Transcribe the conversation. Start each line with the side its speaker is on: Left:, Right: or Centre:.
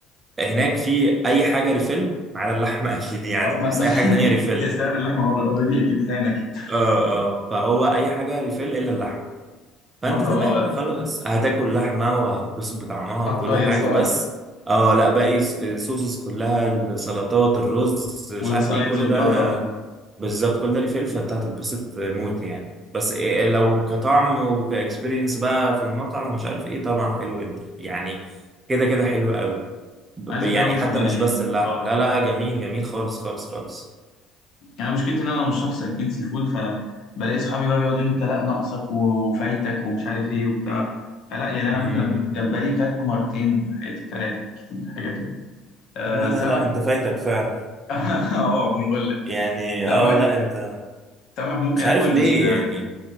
Right: هناك في اي حاجه ريفيل على اللحمه <laughs> اكيد يعني
Left: اه ما
Right: بس
Left: ما-
Right: اي
Left: <laughs>
Right: حاجه تانية ريفيل
Left: هي سعر اللحمه اوريدي اكيد هانا كده
Right: اه اه فهو اي حاجه ريفيل الا اللحم فانت
Left: ما ت-
Right: تمام
Left: اه
Right: خلاص هتاكل لحمه وهتتبسط بطعمها
Left: هتهيص
Right: وكل حاجه
Left: بقى
Right: بس اه لا باقي الصوصز كلها السلطات الرز مش
Left: والسايدز
Right: عارف ايه كل
Left: والجو
Right: ده
Left: ده اه
Right: بالظبط كل ده ليه فلفل فانت هتتبسط موت يعني بس إيه لو كطعم وكاكسبيرينس بقى في المطعم ومش عارف ايه طبعا حلو جدا يعني كده كده حلو قوي ب-
Left: عايز
Right: يعني
Left: اجربه صدقني
Right: حتى مش
Left: يعني
Right: بس اللحم
Left: اه
Right: لا لا جميل جميل خالص خالص خالص
Left: يعني مشكلتي ان انا مش شخص اكيل سي فود فبلاقي صحابي بقى بيقعدوا يقولوا انت لا ناقصك و- وفايتك ومش عارف ايه وبتاع فلا يعني انا
Right: امم
Left: ممكن اكون جمبري كلته مرتين في حياتي ثلاثه كتير حاجه كده آه
Right: لا لا
Left: سمك
Right: لا انت فايتك فعلا
Left: <laughs> اه ما أنا بقول لك
Right: يعني
Left: سمك
Right: اه لا انت
Left: سمك ممكن
Right: مش عارف
Left: اكل
Right: ليه
Left: بس آه،
Right: يعني